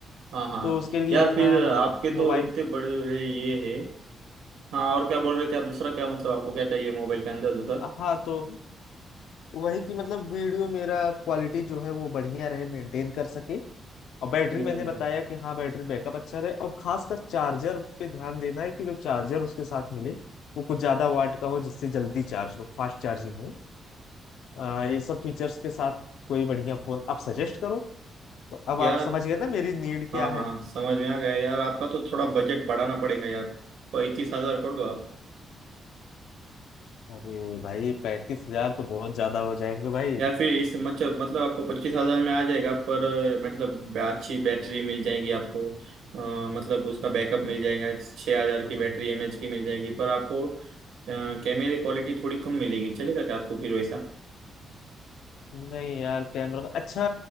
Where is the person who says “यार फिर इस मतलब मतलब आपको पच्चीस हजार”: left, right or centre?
Right